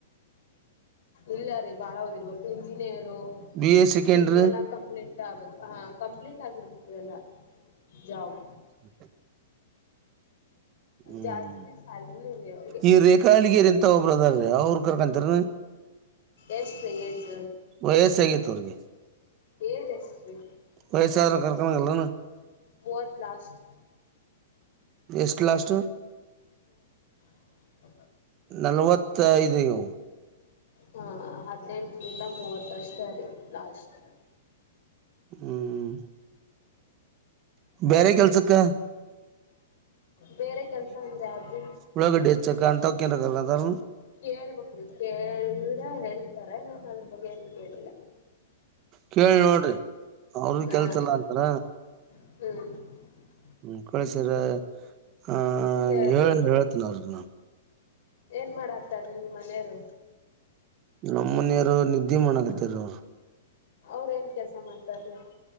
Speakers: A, on the left; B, on the right.
A: ಇಲ್ಲ ರೀ ಬಾಳ ಓದಿರ್ಬೇಕು engineer
B: B A second
A: degree ಎಲ್ಲಾ ಕಂಪ್ಲೀಂಟ್ ಹಾ ಕಂಪ್ಲೀಟ್ ಆಗಿರ್ಬೇಕು ಎಲ್ಲ ಜಾಬ್
B: ಮ ಹ್ಮ್
A: ಜಾಸ್ತಿ ಸ್ಯಾಲ್ರಿನೂ ಇರಿ ಅವ್ರಿಗೆ
B: ಈ ರೇಖಾ ಹಳ್ಳಗಿರೆ ಮ ಒಬ್ರ ಅದ್ರೀ ಅವ್ರ ಕರ್ಕಂತರ
A: ಎಷ್ಟ್ರೀ ಏಜ
B: ವಯಸ್ಸಾಗೈತೆ ಅವ್ರಿಗೆ
A: ಏಜ್ ಎಷ್ಟ್ರೀ
B: ವಯಸ್ಸಾದ್ರೆ ಕರ್ಕೊಂಡ್ ಹೋಗಲ್ಲನು
A: ಮೂವತ್ ಲಾಸ್ಟ್
B: ಎಷ್ಟ ಲ್ಲಾಸ್
A: ಹ
B: ನಲ್ವತ್ತೈದುಗ
A: ಹಾ ಹದ್ನೆಂಟ ನಿಂದ ಮೂವತ್ತಷ್ಟ ಅ ರ ಲಾಸ್ಟ್ <inaudible>
B: ಹ್ಮ್ ಬೇರೆ ಕೆಲ್ಸಕ್ಕ
A: ಬೇರೆ ಕೆಲ್ಸ ಅಂದ್ರೆ ಅದು
B: ಉಳ್ಳಾಗಡ್ಡಿ ಹೆಚ್ಚಕ್ಕ ಅಂತವ್ಕೇನ್ರ ಕರ್ಕೊಂತಾರ
A: ಕೇಳ್ಬೇಕ್ರೀ ಕೇಳ್ರ ಹೇಳ್ತಾರೆ ನ ಮಏ ಕೇಳಿಲ್ಲ
B: ಕೇಳಿ ನೋಡ್ರಿ ಅವ್ರ
A: ಹಾ
B: ಕೆಲ್ಸಲ್ಲ ಅಂತಾರ
A: ಹ್ಮ್
B: ಹ್ಮ್ ಕಳಸ್ರ ಆ
A: ಕೇಳ್ತಾನ
B: ಹೇಳ ಹೇಳತ್ನ ಅವರ್ಗನ
A: ಏನ್ ಮಾಡಾತಾರ ನಿ ಮನೆಯರು
B: ನಮ್ಮ್ ಮನೆಯಾರ ನಿದ್ದೆ ಮಾಡಕತ್ತ ರ ಅವರು
A: ಅವ್ರೇಏನ್ ಕೆಲ್ಸ ಮಾಡ್ತಾರೀ